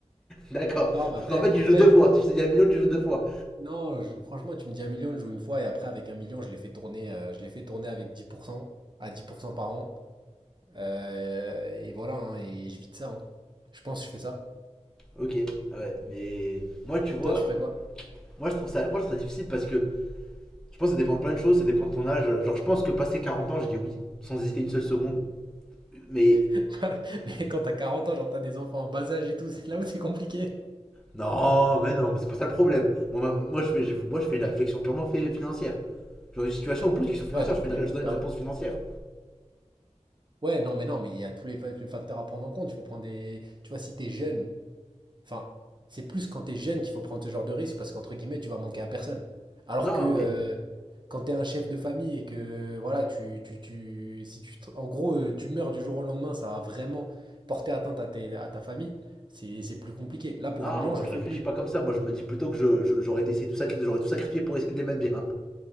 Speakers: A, in the centre; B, on the right.
A: d'accord.
B: Non, mais
A: Donc
B: après,
A: en fait, tu
B: après,
A: joues deux fois. Si je te dis un million, tu joues deux fois.
B: non, je- franchement, tu me dis un million, je joue une fois, et après, avec un million, je l'ai fait tourner, euh, je l'ai fait tourner avec 10% à 10% par an. Euh, et voilà, hein, et je vis de ça. hein. Je pense que je fais ça.
A: Ok, ouais, mais moi, tu vois,
B: Toi, tu ferais quoi?
A: moi je trouve ça, moi je trouve ça difficile parce que je pense que ça dépend de plein de choses, ça dépend de ton âge. Genre, je pense que passé 40 ans, je dis oui, sans hésiter une seule seconde. Mais
B: <laughs> Mais quand t'as 40 ans, genre t'as des enfants en bas âge et tout, <laughs> c'est là où c'est compliqué.
A: non, mais non, mais c'est pas ça le problème. Moi, ma- moi, je fais, je- moi, je fais une réflexion purement fait- financière. Genre, une situation, on me pose une question financière,
B: Ouais, donc
A: je, fais
B: tu-
A: une, ré- je donne
B: t'as-
A: une réponse financière.
B: Ouais, non, mais non, mais il y a tous les, fa- les facteurs à prendre en compte. Il faut prendre des... Tu vois, si t'es jeune, Enfin, c'est plus quand t'es jeune qu'il faut prendre ce genre de risque parce qu'entre guillemets, tu vas manquer à personne. Alors
A: Non,
B: que euh,
A: mais
B: quand t'es un chef de famille et que voilà, tu, tu, tu, si tu, te- en gros, euh, tu meurs du jour au lendemain, ça va vraiment porter atteinte à, tes- à ta famille. C'est, c'est plus compliqué. Là, pour
A: non,
B: un million,
A: moi
B: je le
A: je
B: fais
A: réfléchis
B: plus.
A: pas comme ça. Moi, je me dis plutôt que je- je- j'aurais essayé tout ça, j'aurais tout sacrifié pour essayer de les mettre bien.